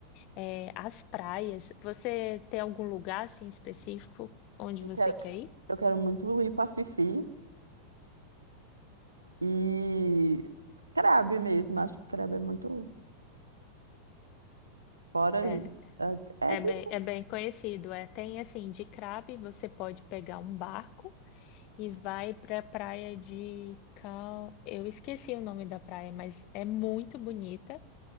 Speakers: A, on the left; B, on the right.
A: É, as praias, você tem algum lugar assim específico onde
B: Eu
A: você
B: quero,
A: quer ir?
B: eu quero muito ir pra Fifi e Crabe mesmo. Acho que Crabe é muito fora aí.
A: É,
B: É, é Fifi.
A: é bem, é bem conhecido. É, tem assim, de Crabe você pode pegar um barco e vai para a praia de Cal... Eu esqueci o nome da praia, mas é muito bonita.